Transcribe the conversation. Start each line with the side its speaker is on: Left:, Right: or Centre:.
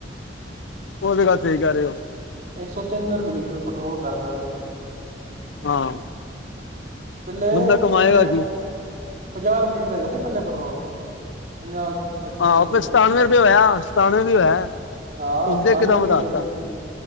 Left: ਉਹ ਤੇ ਗੱਲ ਸਹੀ ਕਹਿ ਰਹੇ ਹੋ।
Right: ਇੱਕ ਸੌ ਤਿੰਨ ਰੁਪਏ ਲੀਟਰ ਪੈਟਰੋਲ ਕਰਤਾ ਵੇਖੋ।
Left: ਹਾਂ
Right: ਪਹਲੇ
Left: ਬੰਦਾ ਕਮਾਏਗਾ
Right: ਕਿਸੀ ਟੈਮ
Left: ਕੀ
Right: ਪੰਜਾਹ ਰੁਪਏ ਲੀਟਰ ਹੈਗਾ ਸੀ ਪਹਿਲੇ ਪੈਟਰੋਲ ਪੰਜਾਹ। ਪਚਪਨ
Left: ਆਹੋ
Right: ਰੁਪਏ
Left: ਫਿਰ ਸਤਾਨਵੇਂ ਰੁਪਏ ਹੋਇਆ, ਸਤਾਨਵੇਂ ਵੀ ਹੋਇਆ,
Right: ਹਾਂ
Left: ਹੁਣ
Right: ਸਤਾਨਵੇਂ
Left: ਤੇ ਇਕਦਮ
Right: ਵੀ
Left: ਵਧਾ
Right: ਹੈਗਾ ਸੀ
Left: ਤਾ।